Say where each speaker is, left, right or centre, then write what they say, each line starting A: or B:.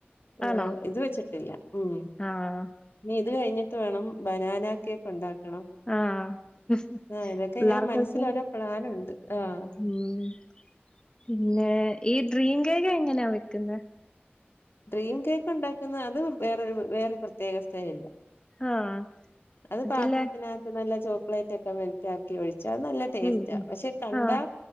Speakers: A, on the left; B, on the left.
A: ആ
B: ആണോ
A: ഇത് വെച്ചിട്ടില്ല ഉം
B: ആഹ്
A: നീ ഇത് കഴിഞ്ഞിട്ട് വേണം ബനാന കേക്ക് ഉണ്ടാക്കണം
B: ആഹ പിള്ളാർക്കൊക്കെ
A: ആഹ് ഇതൊക്കെ ഇങ്ങനെ മനസ്സിൽ ഓരോ പ്ലാനുണ്ട് ആഹ്
B: ഉം പിന്നെ ഈ ഡ്രീം കേക്ക് എങ്ങനെയാ വെക്കുന്നത്
A: ഡ്രീം കേക്ക് ഉണ്ടാക്കുന്ന അത് വേറൊരു വേറെ പ്രത്യേക സ്റ്റയിലില
B: ആഹ്
A: അത്
B: അതില്ലേ
A: പാത്രത്തിനകത്ത് നല്ല ചോക്ലേറ്റ് ഒക്കെ വെളതാക്കി ഒഴിച്ചു അത് നല്ല ടേസ്റ്റാ
B: ഉം ഉം
A: പക്ഷെ കണ്ടാ
B: ആഹ്